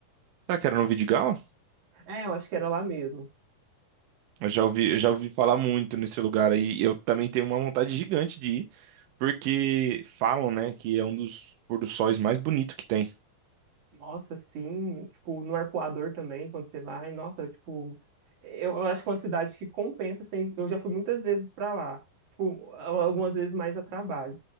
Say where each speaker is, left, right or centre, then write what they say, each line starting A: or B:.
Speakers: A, on the right (about 80°); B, on the right (about 50°).
A: Será que era no Vidigal?
B: É, eu acho que era lá mesmo.
A: Eu já ouvi, eu já ouvi falar muito nesse lugar aí. E Eu também tenho uma vontade gigante de ir, porque falam, né, que é um dos pôr do sóis mais bonito que tem.
B: Nossa, sim, tipo, no Arpoador também, quando você vai, nossa, tipo, eu acho que é uma cidade que compensa, assim, eu já fui muitas vezes pra lá, tipo, algumas vezes mais a trabalho.